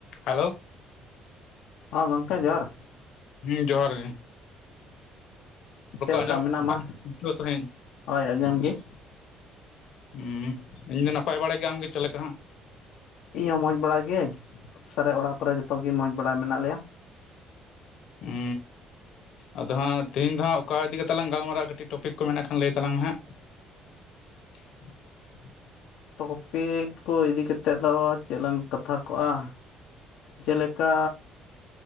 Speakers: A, on the left; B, on the left.
A: Hello
B: ᱦᱚᱸ ᱜᱚᱝᱠᱮ ᱡᱚᱦᱟᱨ
A: ᱦᱩᱸ ᱡᱚᱦᱟᱨ ᱜᱮᱸ
B: ᱪᱮᱫ ᱞᱮᱠᱟ
A: ᱟᱸᱡᱚᱢᱚᱜ
B: ᱢᱮᱱᱟᱢᱟ
A: ᱠᱟᱱᱟ ᱥᱟᱺᱦᱤᱡ
B: ᱦᱳᱭ ᱟᱸᱡᱚᱢ ᱜᱮᱸ
A: ᱦᱩᱸ ᱤᱧ ᱫᱚ ᱱᱟᱯᱟᱭ ᱵᱟᱲᱟ ᱜᱮ ᱾ ᱟᱢᱜᱮ ᱪᱮᱫᱮ ᱞᱮᱠᱟ ᱦᱟᱸᱜ?
B: ᱤᱧ ᱦᱚᱸ ᱢᱚᱡᱽ ᱵᱟᱲ ᱜᱤᱭᱟᱹᱧ ᱥᱟᱨᱮ ᱚᱲᱟᱜ ᱠᱚᱨᱮ ᱡᱚᱛᱚ ᱜᱮ ᱢᱚᱸᱡᱽ ᱵᱟᱲ ᱢᱮᱱᱟᱜ ᱞᱮᱭᱟ᱾
A: ᱦᱩ ᱟᱫᱚ ᱦᱟᱸᱜ ᱛᱮᱦᱤᱧ ᱫᱚ ᱦᱟᱸᱜ ᱚᱠᱟ ᱤᱫᱤ ᱠᱟᱛᱮ ᱞᱟᱝ ᱜᱟᱞᱢᱟᱨᱟᱜ-ᱟ ᱠᱟᱹᱴᱤᱡ ᱴᱚᱯᱤᱠ ᱠᱚ ᱢᱮᱱᱟᱜ ᱠᱷᱟᱱ ᱞᱟᱹᱭ ᱛᱟᱞᱟᱝ ᱢᱮ ᱦᱟᱸᱜ? <unintelligible>
B: ᱴᱚᱯᱤᱠ ᱠᱚ ᱤᱫᱤ ᱠᱟᱛᱮᱫ ᱫᱚ ᱪᱮᱫ ᱞᱟᱝ ᱠᱟᱛᱷᱟ ᱠᱚᱜ-ᱟ᱾ ᱪᱮᱞᱮᱠᱟ